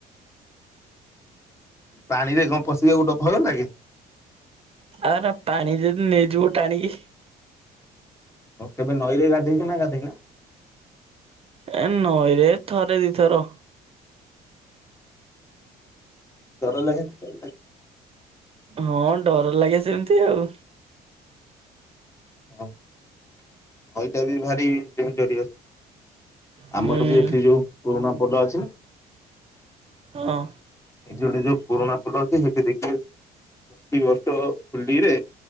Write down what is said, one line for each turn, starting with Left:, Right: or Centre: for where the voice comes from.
Left: ପାଣିରେ କଣ ପଶିବାକୁ ଡ ଭୟଲାଗେ?
Right: ଆଉ ଏରା ପାଣି ଯଦି ନେଇଯିବ ଟାଣିକି।
Left: <unintelligible> କେବେ ନଈରେ ଗାଧେଇଚ ନା ଗାଧେଇନା?
Right: ଏ ନଈରେ ଥରେ ଦିଥର।
Left: ଡର ଲାଗେନି?
Right: ହଁ ଡରଲାଗେ ସେମ୍ତି ଆଉ।
Left: ହଁ ନଈଟା ବି ଭାରି ଡେଞ୍ଜରିଅସ୍।
Right: ହୁଁ
Left: ଆମର ବି ଏଠି ଯୋଉ ପୁରୁଣା ପୋଲ ଅଛିନା
Right: ହଁ।
Left: ଏଠି ଗୋଟେ ଯୋଉ ପୁରୁଣା ପୋଲ ଅଛି ସେଠି ଦେଖିବେ, ପ୍ରତି ବର୍ଷ ହୋଲିରେ